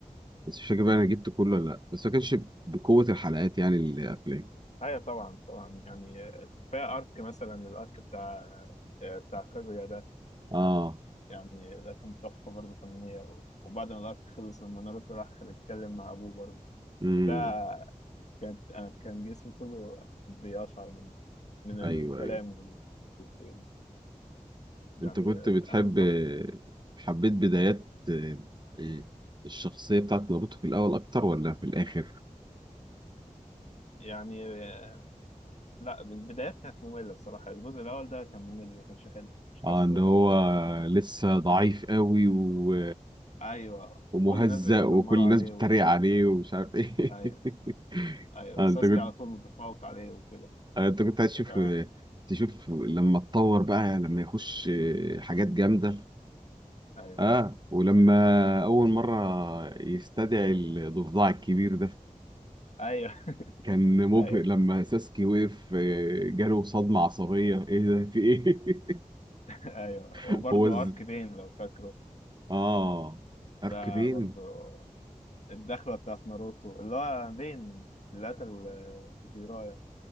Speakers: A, on the right (about 35°); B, on the left (about 60°).
A: بس مش فاكر بقى انا جبت كله ولا لا بس ما كانش بقوة الحلقات يعني الافلام
B: ايوه طبعا طبعا يعني آه، كفايه ارك مثلا الارك بتاع آه، بتاع كاguيا ده
A: اه
B: يعني ده كان تحفه برضه فنيه و- وبعد ما الارك خلص لما ناروتو راح يتكلم مع ابوه برضه
A: امم
B: ده كانت أنا كان جسمي كله بيقشعر من من الكلام
A: ايوه ايوه
B: وال... وال- يعني
A: انت كنت
B: آه،
A: بتحب
B: انا متوقع
A: حبيت بدايات آه، الشخصية بتاعت ناروتو في الأول أكتر ولا في الآخر؟
B: يعني آه، لا البدايات كانت ممله بصراحه الجزء الاول ده كان ممل ما كانش حلو مش
A: اه
B: حاسه
A: ان هو لسه ضعيف قوي و...
B: ايوه
A: ومهزأ
B: وكل الناس بيتنمروا
A: وكل الناس
B: عليه
A: بتتريق
B: و...
A: عليه ومش عارف ايه
B: ايوه
A: <laughs>
B: ايوه
A: آه
B: ساسكي
A: انت كنت
B: على طول متفوق عليه وكده
A: آه انت كنت عايز تشوف
B: ف
A: تشوف لما اتطور بقى لما يخش آه، حاجات جامدة
B: ايوه
A: اه ولما أول مرة يستدعي الضفدع الكبير ده
B: ايوه <laughs>
A: كان مبهر
B: ايوه
A: لما ساسكي وقف آه، جاله صدمة عصبية ايه ده في ايه
B: ايوه
A: <laughs>
B: وبرضه
A: هو از
B: ارك بين لو فاكره
A: اه ارك
B: ده
A: بين
B: برضه الدخله بتاعت ناروتو اللي هو بين اللي قتل آه، جيرايا